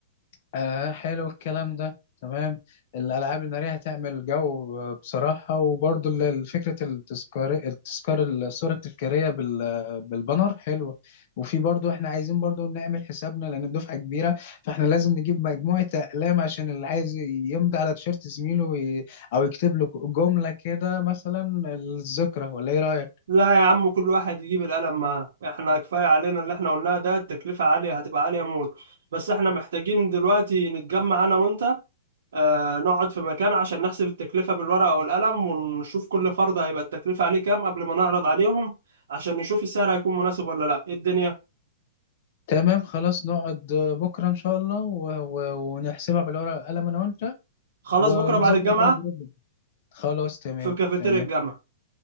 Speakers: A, on the left (about 40°); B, on the right (about 75°).
A: آه حلو الكلام ده تمام الألعاب النارية هتعمل جو آه، بصراحة وبرضو ال- ال- فكرة التذكار التذكار الصورة التذكارية بال- بالبانر حلوة وفي برضو احنا عايزين برضو نعمل حسابنا لأن الدفعة كبيرة فاحنا لازم نجيب مجموعة أقلام عشان اللي عايز يمضي على تيشيرت زميله وي- أو يكتب له جملة كده مثلا الذكرى ولا إيه رأيك؟
B: لا يا عم كل واحد يجيب القلم معاه إحنا كفاية علينا اللي إحنا قلناه ده التكلفة عالية هتبقى عالية موت بس إحنا محتاجين دلوقتي نتجمع أنا وأنت آه، نقعد في مكان عشان نحسب التكلفة بالورقة والقلم ونشوف كل فرد هيبقى التكلفة عليه كام قبل ما نعرض عليهم عشان نشوف السعر هيكون مناسب ولا لأ إيه الدنيا؟
A: تمام خلاص نقعد آه، بكرة إن شاء الله و- و- ونحسبها بالورقة والقلم أنا وأنت
B: خلاص
A: ونظبط
B: بكرة بعد الجامعة
A: بقى جروب خلاص تمام
B: في كافيتيريا
A: تمام
B: الجامعة